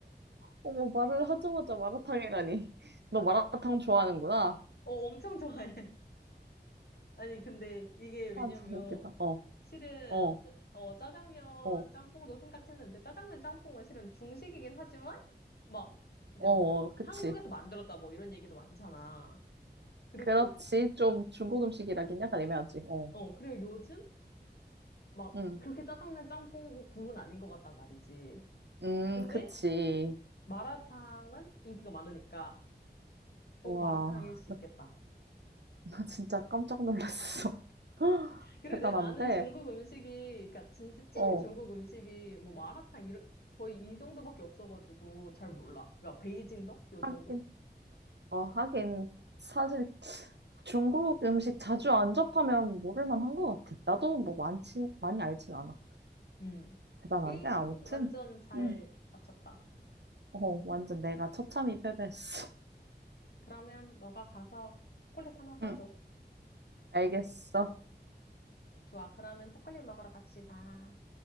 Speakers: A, on the right; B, on the left.
A: 어머, 말을 하자마자 마라탕이라니. <laughs> 너 마라탕 좋아하는구나.
B: 어, 엄청 좋아해. <laughs> 아니, 근데 이게 왜냐면,
A: 아, 너무 웃기다. 어,
B: 실은,
A: 어, 어,
B: 짜- 어, 짜장면
A: 어,
B: 짬뽕도 생각했는데, 짜장면 짬뽕은 실은 중식이긴 하지만, 막, 이제
A: 어,
B: 뭐,
A: 그치.
B: 한국에서 만들었다 뭐 이런 얘기도 많잖아. 그리고,
A: 그렇지. 좀 중국 음식이라긴 약간 애매하지. 어,
B: 어, 그리고 요즘, 막,
A: 응,
B: 그렇게 짜장면 짬뽕 붐은 아닌 것 같단 말이지.
A: 음,
B: 근데,
A: 그치.
B: 마라탕은 인기가 많으니까, 어,
A: 와,
B: 마라탕일 수
A: 나,
B: 있겠다.
A: 나 진짜 깜짝 놀랐어. <laughs>
B: 그래,
A: 대단한데?
B: 내가 아는 중국 음식이, 그니까 진짜 찐
A: 어,
B: 중국 음식이 뭐 마라탕 이런 거의 이 정도밖에 없어가지고 잘 몰라. 그러니까 베이징덕 요
A: 하긴.
B: 정도?
A: 어, 하긴, 사실 중국 음식 자주 안 접하면 모를 만한 것 같아. 나도 뭐 많지, 많이 알진 않아.
B: 음.
A: 대단한데,
B: 예,
A: 아무튼.
B: 완전 잘
A: 응.
B: 맞췄다.
A: 어, 완전 내가 처참히 패배했어.
B: 그러면 너가 가서 초콜릿 하나 사줘.
A: 응, 알겠어.
B: 좋아, 그러면 초콜릿 먹으러 갑시다.